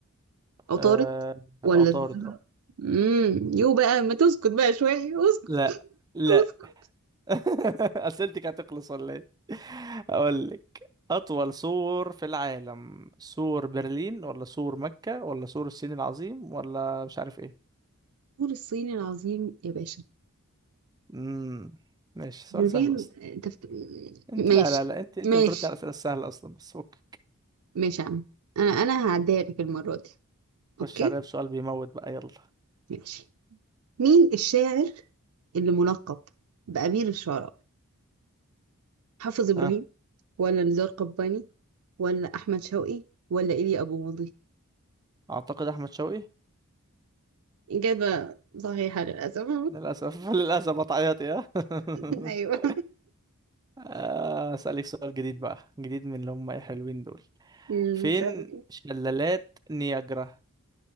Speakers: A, on the right; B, on the right.
A: عطارد
B: آه...
A: ولا
B: عطارد
A: الزهرة
B: اه
A: امم يو بقى ما تسكت بقى شوية اسكت
B: لا لا
A: اسكت
B: <laughs> اسئلتك هتخلص ولا ايه اقول لك اطول سور في العالم سور برلين ولا سور مكة ولا سور الصين العظيم ولا مش عارف ايه
A: الطور الصيني العظيم يا باشا
B: امم ماشي سؤال
A: من
B: سهل
A: غير
B: اصلا
A: تفك...
B: انت
A: ماشي
B: لا لا لا انت انت
A: ماشي
B: بترد على الاسئله السهله اصلا بس فك
A: ماشي يا عم انا انا هعديها لك المرة دي
B: خش
A: اوكي
B: عليا بسؤال بيموت بقى يلا
A: ماشي مين الشاعر اللي ملقب بأمير الشعراء حافظ إبراهيم
B: ها
A: ولا نزار قباني ولا أحمد شوقي ولا إيليا أبو ماضي
B: اعتقد احمد شوقي
A: إجابة صحيحة للأسف
B: للاسف <laughs> للاسف هتعيطي ها
A: <laughs>
B: <laughs>
A: أيوه
B: آه، اسالك سؤال جديد بقى جديد من اللي هم ايه حلوين دول
A: مم.
B: فين
A: اسألي
B: شلالات نياجرا